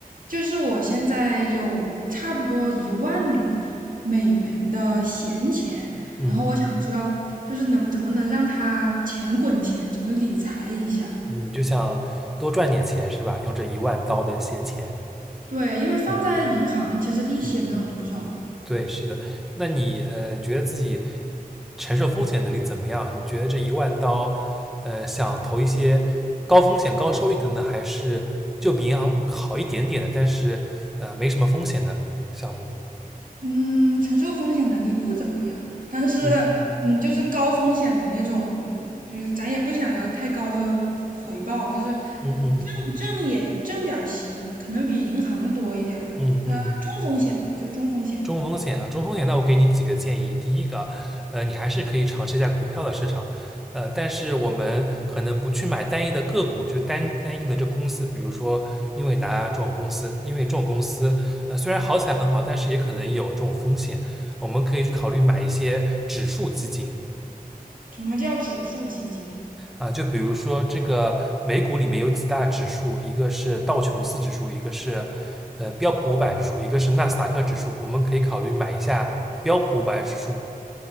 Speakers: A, on the right; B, in the centre.
A: 就是我现在有差不多一万美元的闲钱，
B: 嗯
A: 然后我想知道，就是能怎么能让它钱滚钱，怎么理财一下？
B: 嗯，就想多赚点钱是吧？用这一万刀的闲钱。
A: 对，因为放在银行其实利息也没有多少嘛。
B: 嗯嗯，对，是的。那你呃，觉得自己承受风险能力怎么样？你觉得这一万刀，呃，想投一些高风险高收益的呢，还是就比银行好一点点的，但是呃没什么风险的项目？
A: 嗯，承受风险能力不怎么样，但是
B: 嗯
A: 嗯，就是高风险的那种，嗯就是咱也不想要太高的回报，就是嗯挣挣也挣点儿行，
B: 嗯嗯
A: 可能比银行多一点儿，
B: 嗯嗯嗯嗯
A: 呃，中风险吧，就中风险。
B: 中风险啊，中风险，那我给你几个建议。第一个，呃，你还是可以尝试一下股票的市场，呃，但是我们可能不去买单一的个股，就是单单一的这公司，比如说英伟达这种公司，因为这种公司，呃，虽然好起来很好，但是也可能有这种风险。我们可以去考虑买一些指数基金
A: 什么叫指数基金？
B: 啊，就比如说这个美股里面有几大指数，一个是道琼斯指数，一个是呃标普五百指数，一个是纳斯达克指数，我们可以考虑买一下标普五百指数。